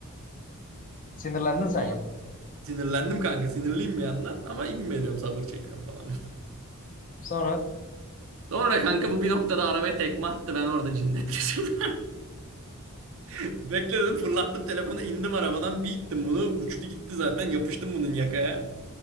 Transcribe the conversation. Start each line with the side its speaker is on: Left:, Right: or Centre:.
Left: Sinirlendin sen
Right: Sonra
Left: yani.
Right: sinirlendim kanka. Sinirliyim bir yandan. Ama inme diyorum sabır çekiyorum falan. <laughs>
Left: Sonra
Right: Sonra kanka bu bir noktada arabaya tekme attı. Ben orada cinnet geçirdim. <laughs> Bekledim fırlattım telefonu indim arabadan bir ittim bunu. Uçtu gitti zaten yapıştım bunun yakaya.